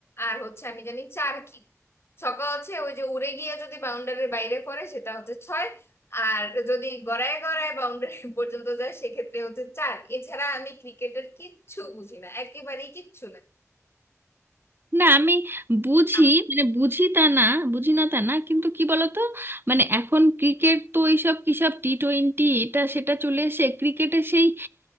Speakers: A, on the left; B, on the right.
A: আর হচ্ছে আমি জানি চার কি ছক্কা হচ্ছে ওই যে উড়ে গিয়ে যদি বাউন্ডারির বাইরে পড়ে সেটা হচ্ছে ছয় আর যদি গড়ায় গড়ায় বাউন্ডারি <laughs> পর্যন্ত যায় সেক্ষেত্রে হচ্ছে চার এছাড়া আমি ক্রিকেটের কিচ্ছু বুঝি না একেবারেই কিচ্ছু
B: না আমি বুঝি
A: না
B: মানে বুঝি তা না বুঝি না তা না কিন্তু কি বলতো মানে এখন ক্রিকেট তো এইসব কিসব টি টোয়েন্টি এটা সেটা চলে এসে ক্রিকেটে সেই